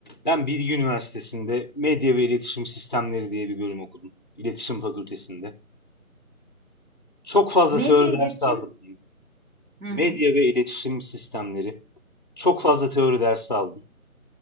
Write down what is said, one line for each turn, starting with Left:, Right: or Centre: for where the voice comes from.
Left: Ben Bilgi Üniversitesi'nde Medya ve İletişim Sistemleri diye bir bölüm okudum. İletişim Fakültesi'nde. Çok fazla
Right: Medya,
Left: teori
Right: iletişim
Left: dersi aldık diyeyim.
Right: Hı hı,
Left: Medya ve İletişim Sistemleri. Çok fazla teori dersi aldım.